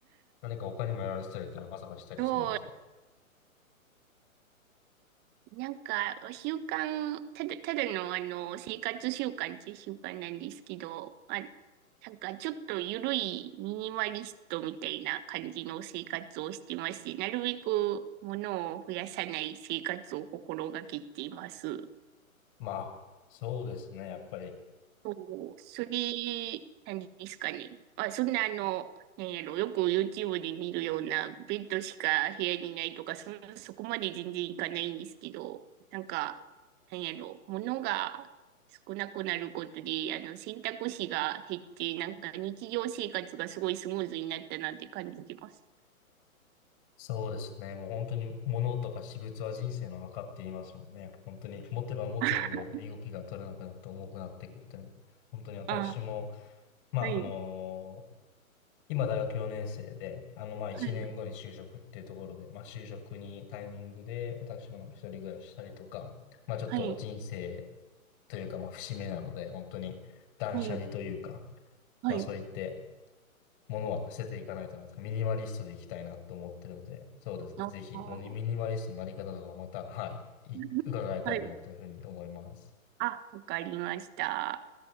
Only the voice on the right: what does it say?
そう、なんか、習慣、ただ、ただのあの、生活習慣っていう習慣なんですけど、あ、なんかちょっと緩いミニマリストみたいな感じの生活をしてまして、なるべく物を増やさない生活を心がけています。
そう、杉、何ですかね。あ、そんなあの、なんやろ、よく YouTube で見るようなベッドしか部屋にないとか、そん、そこまで全然いかないんですけど、なんか、なんやろ、物が少なくなることで、あの、選択肢が減って、なんか日常生活がすごいスムーズになったなって感じてます。
<laughs>
あ、
はい、
はい、
はい、
はい、はい。
あー
<laughs>
はい。あ、わかりました。